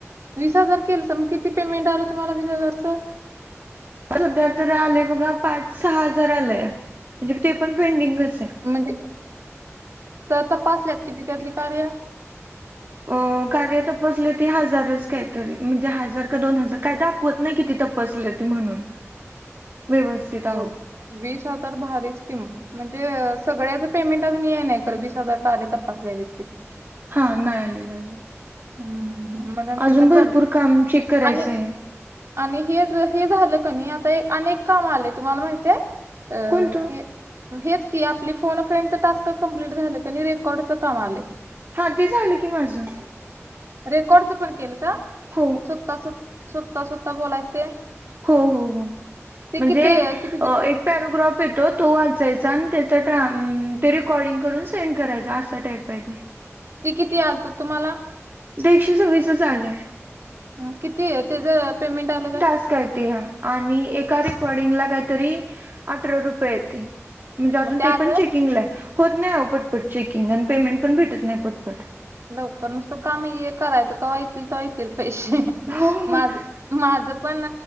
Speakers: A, on the right; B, on the right.
A: वीस हजार केलंस म किती पेमेंट आलं तुम्हाला वीस हजारचं?
B: सध्या तर आलेय बघा पाच सहा हजार आलेय म्हणजे ते पण पेंडिंगच आहे.
A: म्हणजे तर तपासल्यात किती त्यातली कार्य?
B: अ कार्य तपासले ते हजारच काहीतरी म्हणजे हजार का दोन हजार काय दाखवत नाही किती तपासलेत. ते म्हणून व्यवस्थित
A: मो
B: अहो
A: वीस हजार भारीच किम म्हणजे अ सगळ्याचा पेमेंट अजून ये नाही कर वीस हजार कार्य आहे तपासलेली ते.
B: हा नाय आलेला आहे अजून.
A: हम्म हम्म. हम्म. मग आणि
B: अजून
A: त्याचा प्रॉब्लेम
B: भरपूर काम चेक करायचं
A: आणि
B: आहे.
A: आणि हे ज हे झालं क नी आता आणि एक कामं आलेय तुम्हाला माहितय अ
B: कोणतं?
A: हे हेच की आपली फोन अ फ्रेंडच टास्क कंप्लीट झालं क नी रेकॉर्डच काम आले.
B: हा ते झालं की माझं.
A: रेकॉर्डचं पण केलं चा.
B: हो.
A: सुत्ता सुत सुत्ता सुत्ता बोलाय ते.
B: हो हो हो
A: ते
B: म्हणजे
A: किती किती
B: अ एक पॅरोग्राफ येतो तो वाचायचा आणि त्याचा ट्रा अम ते रेकॉर्डिंग करून सेंड करायचा असं टाईप आहे ते.
A: ते किती आलता तुम्हाला?
B: दे एकशे सव्वीसच आलय.
A: हम्म किती तेज्या पेमेंट आलं का?
B: असं काही ते हा आणि एका रेकॉर्डिंगला काहीतरी अठरा रुपये येते. म्हणजे अजून
A: मग आलं
B: ते पण चेकिंगला आहे होत नाही ओ पटपट चेकिंग आणि पेमेंट पण भेटत नाही पटपट.
A: लवकर नुसतं काम ये करायचं कव्हा येतील तव्हा येतील पैशे
B: हो हो.
A: माझं माझं पण